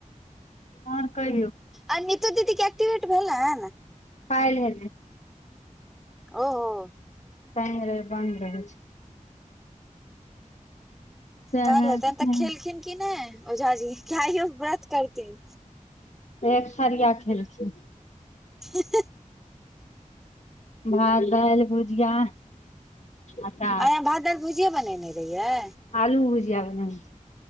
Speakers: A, on the left; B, in the centre.
A: ओर क
B: आ तो दी की टिवेट भेल है
A: कइ लै
B: ओहो
A: शनि रेव बन्द रहै छै सएह
B: कहल हे तन
A: छै
B: त खेलखिन की नहि ओझाजी कहियो व्रत करथिन
A: एक थरिया खेलखिन
B: हाँ हाँ
A: भात दालि भुजिया अचार
B: आय भात दाल भुजिये बनेने रहियै
A: आलू भुजिया बन छै